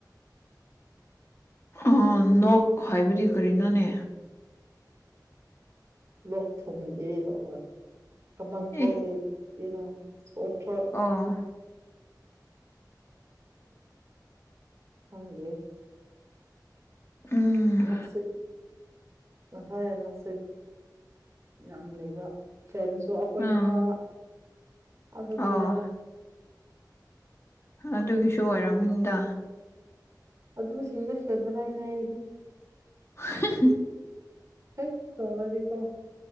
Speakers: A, on the left (about 40°); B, on the right (about 45°).
A: ꯑ ꯅꯣꯛ ꯍꯥꯏꯕꯗꯤ ꯀꯔꯤꯅꯣꯅꯦ
B: ꯂꯣꯛ ꯊꯨꯡꯒꯦ ꯇꯧꯕ <unintelligible>
A: ꯑꯦ
B: <unintelligible> <unintelligible>
A: ꯑꯣ
B: ꯈꯪꯗꯦ
A: ꯎꯝ
B: ꯅꯨꯡꯁꯤꯠ ꯉꯁꯥꯢ ꯅꯨꯡꯁꯤꯠ ꯌꯥꯝ ꯂꯩꯕ ꯐꯦꯟꯁꯨ ꯑꯩꯈꯣꯏ
A: ꯎꯝ
B: ꯊꯥꯕ ꯑꯗꯨꯒꯤꯔ
A: ꯑꯣ ꯑꯗꯨꯒꯤꯁꯨ ꯑꯣꯏꯔꯝꯅꯤꯗ
B: ꯑꯗꯨꯁꯤꯡꯗꯤ ꯐꯦꯕꯥꯎꯔꯥꯠꯅꯦ ꯑꯩꯗꯤ
A: ꯍ <unintelligible>
B: ꯑꯩ ꯇꯧꯔꯗꯤꯀꯣ